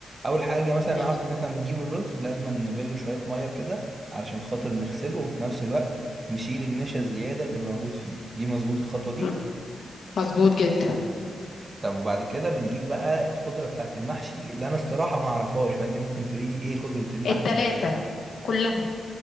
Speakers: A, on the right; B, on the left.
A: اول حاجة مثلا
B: ماشي
A: اعرف ان احنا بنجيب الرز لازم نبله شوية مية كده علشان خاطر نغسله وفي نفس الوقت نشيل النشا الزيادة اللي موجود فيه دي مظبوط الخطوة دي
B: م- مظبوط جدا
A: طب وبعد كده بنجيب بقى الخضرة بتاعت المحشي اللي أنا الصراحة ما أعرفهاش فأنت ممكن تقولي لي إيه خضرة المحشي؟
B: التلاتة كلها